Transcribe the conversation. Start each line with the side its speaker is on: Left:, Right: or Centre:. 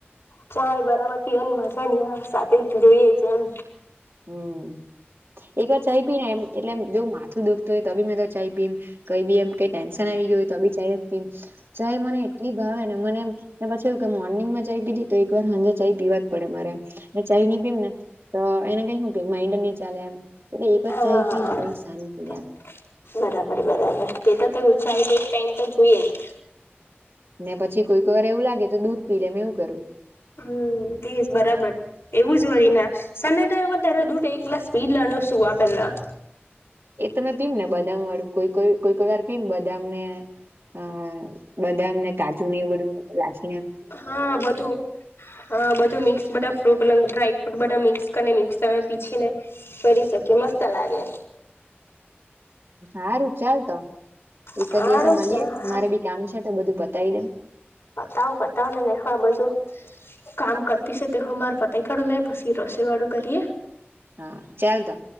Left: ચાય બરાબર પીવાની મજા ની આ સાથે જોઈએ છે એમ.
Right: હમ્મ, એક વાર ચાય ભી ને એમ એટલે એમ જો માથું દુખતો હોય તો બી મે તો ચાય પીમ કઈ બી એમ કઈ ટેન્શન આવી ગય હોય તો બી ચાય જ પીમ ભાઈ મને એટલી ભાવે ને મને એમ પછી એવું કે મોર્નિંગમાં ચાઈ પીધી તો એકવાર સાંજે ચાઈ પીવા જ પડે મારે. મેં ચાઈની પીવુ ને તો એને કઈ શું કે માઇન્ડ નહી ચાલે એમ. એટલે એક વાર
Left: હા
Right: ચાય પી
Left: હા
Right: ને પછી શાંતિ એમ
Left: બરાબર બરાબર તે તો તેવું ચા તો એક ટાઈમ તો જોઈએ જ.
Right: ને પછી કોઈક વાર એવું લાગે તો દૂધ પી લે મેં એવું કરું.
Left: હમ્મ, તેજ બરાબર. એવું જ જોઈના સાજણા ટાઈનએ તારે દૂધ એક ગ્લાસ પીઈ જ લેવાનું સુવા પેલા.
Right: એ તમે પીમ ને બદામ વાળું કોઈ કોઈ કોઈ વાર પીવુ બદામ ને અ બદામ ને કાજુ ને બધું નાખી
Left: હા બધું હા બધું મિક્સ બઘા ફ્રૂટ ડ્રાય ફ્રૂટ બઘા મિક્સ ક ને મિક્સરમાં પીછીને કરી શકે મસ્ત લાગે.
Right: હારું ચાલ તો. એક
Left: સારું
Right: જ દિવસે મળીએે
Left: સર
Right: મારે બી કામ છે તો બધું બતાવી દેવ
Left: પતાવ પતાવ ને મેહો આ બધું. કામ કરતી શે તે હો મારુ પતાવી દેવ મે પછી રસોઈવાળું કરીએ.
Right: હા ચાલ તો